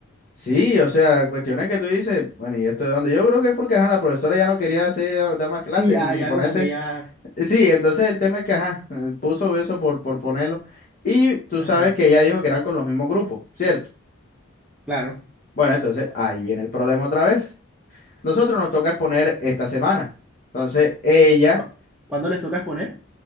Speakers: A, on the left (about 40°); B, in the centre.
A: sí, o sea, cuestiones que tú dices, bueno, ¿y esto de dónde? Yo creo que es porque, ajá, la profesora ya no quería hacer, dar más clases
B: Sí, ya,
A: ni, ni
B: ya
A: ponerse.
B: como que ya.
A: Sí, entonces el tema es que, ajá, eh, puso eso por, por ponerlo. Y tú
B: Ajá.
A: sabes que ella dijo que eran con los mismos grupos, ¿cierto?
B: Claro.
A: Bueno, entonces ahí viene el problema otra vez. Nosotros nos toca exponer esta semana. Entonces, ella
B: Cu- ¿Cuándo les toca exponer?